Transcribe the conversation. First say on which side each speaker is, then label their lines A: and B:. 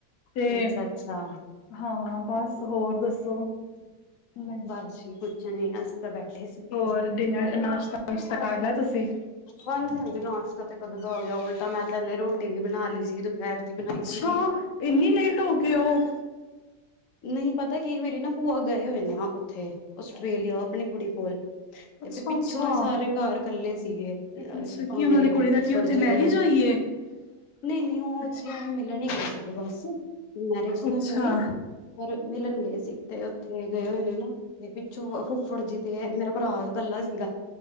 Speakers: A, on the left; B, on the left.
A: ਤੇ
B: ਹੋ ਅੱਛਾ ਅੱਛਾ
A: ਹਾਂ ਬਸ ਹੋਰ ਦੱਸੋ। ਨਹੀਂ
B: ਬਸ ਜੀ ਕੁਛ ਨੀ ਅਸੀਂ ਤਾਂ ਬੈਠੇ ਸੀਗੇ।
A: ਹੋਰ ਡਿਨਰ ਨਾਸ਼ਤਾ ਨੁਸ਼ਤਾ ਕਰ ਲਿਆ ਤੁਸੀਂ?
B: ਹਾਂਜੀ-ਹਾਂਜੀ, ਨਾਸ਼ਤਾ ਤੇ ਕਦੋਂ ਦਾ ਹੋ ਗਿਆ ਉਲਟਾ ਮੈਂ ਤਾਂ ਹਲੇ ਰੋਟੀ ਵੀ ਬਣਾ ਲਈ ਸੀ ਦੁਪਹਿਰ ਦੀ ਬਣਾਈ ਸੀ।
A: ਹਾਂ, ਇੰਨੀ ਲੇਟ ਹੋ ਗਏ ਉਹ
B: ਨਹੀਂ, ਪਤਾ ਕੀ ਮੇਰੀ ਨਾ ਭੂਆ ਗਏ ਹੋਏ ਨੇ ਉੱਥੇ ਆਸਟ੍ਰੇਲੀਆ ਆਪਣੀ ਕੁੜੀ ਕੋਲ। ਤੇ
A: ਅੱਛਾ
B: ਫਿਰ ਪਿੱਛੋਂ
A: ਅੱਛਾ।
B: ਸਾਰੇ ਘਰ ਇਕੱਲੇ ਸੀਗੇ
A: ਅੱਛਾ ਕੀ
B: ਮੇਰੇ
A: ਉਹਨਾਂ ਦੀ ਕੁੜੀ ਦਾ
B: ਫੁੱਫੜ
A: ਕੀ ਉੱਥੇ
B: ਜੀ ਔਰ
A: <unintelligible>
B: ਨਈ-ਨਈ, ਉਹ
A: ਅੱਛਾ
B: ਉੱਥੇ ਐਵੇਂ ਮਿਲਣ ਹੀ ਗਏ ਸੀਗੇ ਬਸ ਮੈਰਿਜ ਤਾਂ
A: ਅੱਛਾ
B: ਨਹੀਂ ਹੋਈ। ਪਰ ਮਿਲਣ ਗਏ ਸੀ ਤੇ ਉੱਥੇ ਗਏ ਹੋਏ ਨੇ ਨਾ ਚ ਫੁੱਫੜ ਜੀ ਤੇ ਮੇਰਾ ਭਰਾ ਕੱਲਾ ਸੀਗਾ